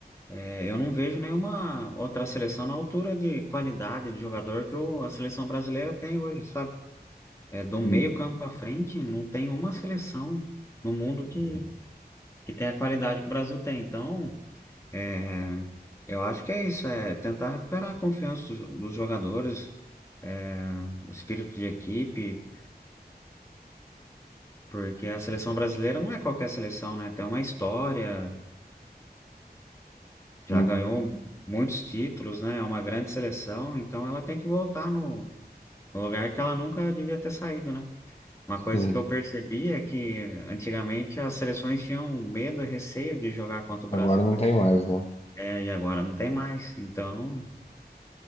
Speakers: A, on the left; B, on the left.
A: é, eu não vejo nenhuma outra seleção na altura de qualidade de jogador que o- a seleção brasileira tem hoje, sabe? É, do meio
B: Hum,
A: campo para frente, não tem uma seleção no mundo que, que tem a qualidade que o Brasil tem. Então, é, eu acho que é isso, é tentar recuperar a confiança dos, dos jogadores, é, o espírito de equipe. Porque a seleção brasileira não é qualquer seleção, né? Tem uma história, já
B: hum,
A: ganhou muitos títulos, né? É uma grande seleção, então ela tem que voltar no no lugar que ela nunca devia ter saído, né? Uma coisa
B: sim.
A: que eu percebi é que antigamente as seleções tinham medo e receio de jogar contra o Brasil,
B: Agora não
A: né?
B: tem mais, né?
A: É, e agora não tem mais. Então,